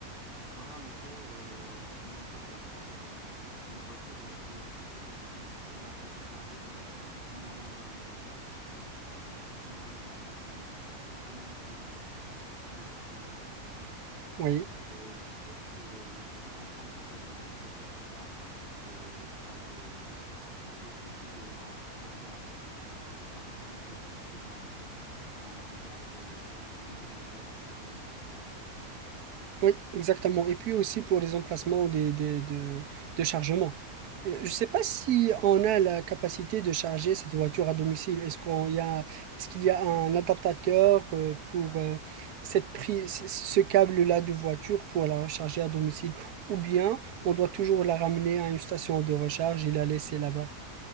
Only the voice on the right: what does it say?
Oui.
Oui, exactement. Et puis aussi pour les emplacements des, des- de, de chargement. Euh, Je ne sais pas si on a la capacité de charger cette voiture à domicile. Est-ce qu'on y a, est-ce qu'il y a un adaptateur euh, pour euh, cette prise, ce ce câble-là de voiture pour la recharger à domicile? Ou bien on doit toujours la ramener à une station de recharge et la laisser là-bas?